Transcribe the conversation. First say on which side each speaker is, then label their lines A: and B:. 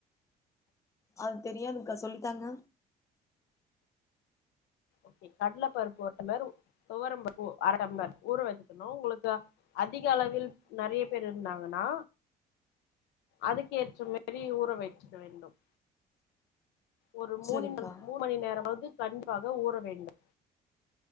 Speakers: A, on the left; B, on the left.
A: அது தெரியாதுங்கா சொல்லித்தாங்க
B: ஓகே கடல பருப்பு ஒரு டம்ளர் துவரம்பருப்பு அர டம்ளர் ஊற வச்சுக்கணு உங்களுக்கா அதிக அளவில் நெறைய பேர் இருந்தாங்கன்னா அதுக்கு ஏற்ற மேரி ஊற வச்சுக்க வேண்டும் ஒரு மூணி
A: செரிங்க்கா
B: மணி மூணு மணி நேரமாவது கண்டிப்பாக ஊற வேண்டும்